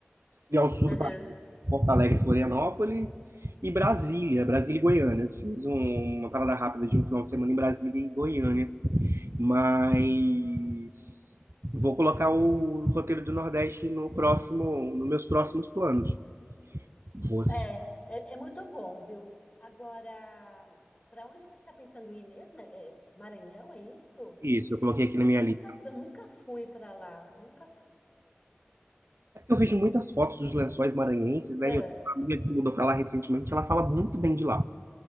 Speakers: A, on the right (about 80°); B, on the left (about 30°).
A: Fui ao sul
B: aham.
A: do Pará, Porto Alegre, Florianópolis e Brasília, Brasília e Goiânia. Eu Fiz um- uma parada rápida de um final de semana em Brasília e Goiânia, mas vou colocar o roteiro do Nordeste no próximo, nos meus próximos planos. Você,
B: É, é, é muito bom, viu? Agora, para onde você está pensando em ir mesmo? É, é Maranhão, é isso?
A: isso, eu coloquei aqui na minha
B: Eu nunca,
A: lista.
B: eu nunca fui para lá, nunca. fu-
A: É porque eu vejo muitas fotos dos lençóis maranhenses, né?
B: Ah,
A: E eu tenho uma amiga que se mudou para lá recentemente, ela fala muito bem de lá.